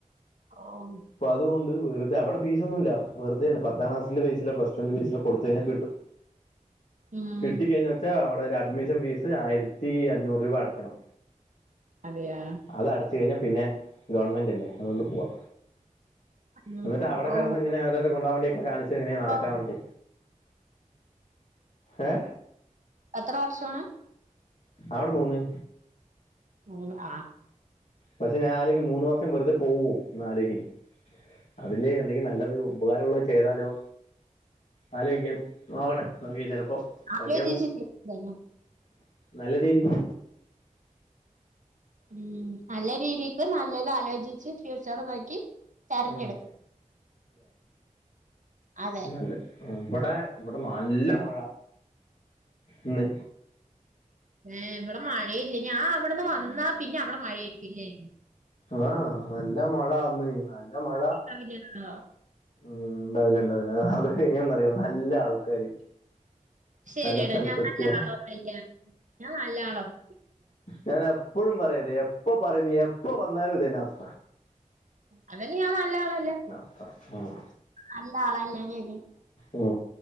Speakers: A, on the right; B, on the left.
A: ഓഹ്
B: അപ്പൊ അതുണ്ട് വെറ്തെ അവിടെ ഫീസൊന്നുല്ല വെറ്തേണ് പത്താം ക്ലാസിന്റെ ബൈസിലോ പ്ലസ് ടുന്റെ ബൈസിലോ കൊടുത്ത് കഴിഞ്ഞാ കിട്ടും
A: ഉം
B: കിട്ടി കഴിഞ്ഞാ പക്ഷേ അവിടെ ഒരു അഡ്മിഷൻ ഫീസ് ആയിരത്തി അഞ്ഞൂറ് രൂപ അടക്കണം
A: അതേയാ
B: അത അടച്ച് കഴിഞ്ഞാ പിന്നെ ഗവൺമെൻ്റല്ലേ അതോണ്ട് പോവാ
A: ഉം
B: എന്നിട്ട് അവിടെ
A: ഓ
B: കെടന്ന്ങ്ങനെ കൊണ്ടാ വേണ്ടി ഒക്കെ കാണിച്ച് ഇങ്ങനെ നടക്കാ
A: ഓ
B: വേണ്ടിട്ടെ ഏ
A: എത്ര വർഷാണ്
B: അവ്ടെ മൂന്ന്
A: മൂന്ന് ആ
B: പക്ഷെ ഞാനാലോയ്ക്കാ മൂന്ന് വർഷം വെർതെ പോവോ ഒന്നാലോയ്ക്ക് അതില്ലെ എന്തെങ്കി നല്ലത് ഉപകാര ഉള്ളേ ചെയ്താലോ ആലോയ്ക്കും നോക്കട്ടെ നോക്കി ചെലപ്പോ
A: ആലോചിച്ചില്ലേ
B: പറ്റ്യാ പോവും
A: എന്തായാലും.
B: നല്ല രീതിക്ക്
A: മ് നല്ല രീതിക്ക് നല്ലത് ആലോചിച്ച് ഫ്യൂച്ചർ നോക്കി തെരഞ്ഞെട്ക്ക്
B: ആഹ്
A: അ
B: ഇവ്ടെ വ്ടെ നല്ല മഴ ഇന്ന്
A: ഏ വ്ടെ മഴയില്ല ഞാൻ അവ്ടെന്ന് വന്നാ പിന്നെ അവ്ടെ മഴയായിരിക്കും ല്ലേ
B: ആഹ് നല്ല മഴാന്ന് നല്ല മഴ
A: <inaudible>
B: ഉം ണ്ടാവില്ല ണ്ടാവില്ല അത് എങ്ങനെന്നറിയോ നല്ല ആൾക്കാര്
A: ശരിയെടാ
B: നല്ല സ്ഥലത്ത്
A: ഞാൻ
B: എത്തിയാ
A: നല്ല ആളൊന്നല്ല ഞാൻ നല്ല ആളാണ്
B: ഞാനെപ്പഴും പറയല്ലേ എപ്പ പറയും എപ്പ വന്നാലും ഇതന്നെ അവസ്ഥ
A: അതിന്ന് ഞാൻ നല്ല ആളല്ല
B: അ മ്
A: നല്ല ആളല്ല <unintelligible>
B: മ്